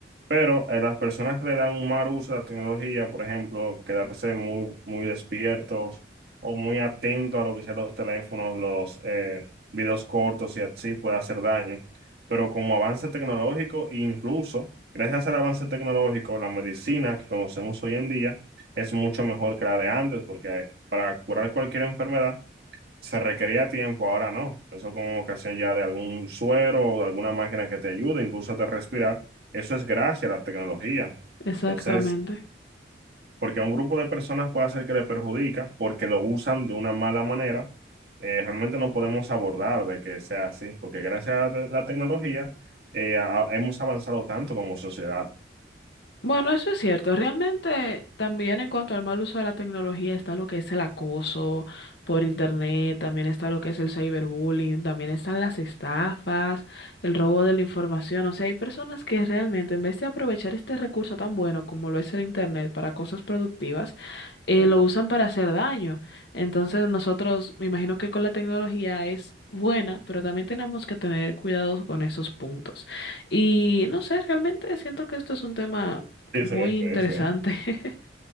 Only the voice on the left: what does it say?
Exactamente.
Bueno, eso es cierto. Realmente también en cuanto al mal uso de la tecnología está lo que es el acoso por internet, también está lo que es el cyberbullying, también están las estafas, el robo de la información. O sea, hay personas que realmente en vez de aprovechar este recurso tan bueno como lo es el internet para cosas productivas, eh,
lo usan para hacer daño. Entonces nosotros, me imagino que con la tecnología es... buena, pero también tenemos que tener cuidado con esos puntos. Y no sé, realmente siento que esto es un tema
muy interesante.
<laughs>